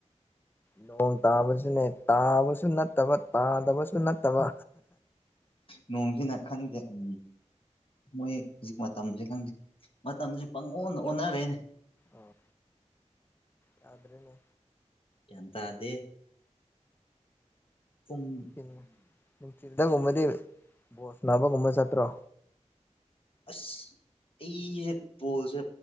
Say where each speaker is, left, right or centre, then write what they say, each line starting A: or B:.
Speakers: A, on the left (about 20°); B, on the left (about 50°).
A: ꯅꯣꯡ ꯇꯥꯕꯁꯨꯅꯦ ꯇꯥꯕꯁꯨ ꯅꯠꯇꯕ ꯇꯥꯗꯕꯁꯨ ꯅꯠꯇꯕ
B: ꯅꯣꯡꯁꯤꯅ ꯈꯪꯗꯦ ꯎꯝ ꯃꯣꯏ ꯍꯧꯖꯤꯛ ꯃꯇꯝꯁꯦ ꯈꯪꯗꯦ ꯃꯇꯝꯁꯦ ꯄꯪꯑꯣꯟꯗ ꯑꯣꯟꯅꯔꯦꯅꯦ
A: ꯑꯥ ꯌꯥꯗ꯭ꯔꯦꯅꯦ
B: ꯒ꯭ꯌꯥꯟ ꯇꯥꯗ‌ꯦ ꯄꯨꯡ
A: ꯅꯨꯡꯊꯤꯟ ꯅꯨꯡꯊꯤꯜꯗꯒꯨꯝꯕꯗꯤ ꯕꯣꯜ ꯁꯥꯅꯥꯕꯒꯨꯝꯕ ꯆꯠꯇ꯭ꯔꯣ
B: ꯑꯁ ꯑꯩꯁꯦ ꯕꯣꯜꯁꯦ